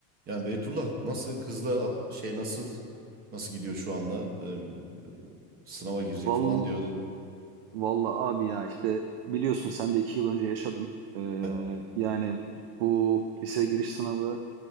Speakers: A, on the right (about 20°); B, on the right (about 45°).
A: Yani Beytullah nasıl kızla a- şey nasıl nasıl gidiyor şu anda? Ee, e, sınava girecek
B: Val,
A: falan diyordun.
B: valla abi ya işte biliyorsun sen de iki yıl önce yaşadın. Ee,
A: Evet.
B: yani bu lise giriş sınavı